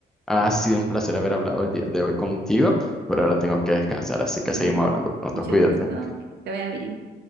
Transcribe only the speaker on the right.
No,
mucho
gusto, que te vaya bien.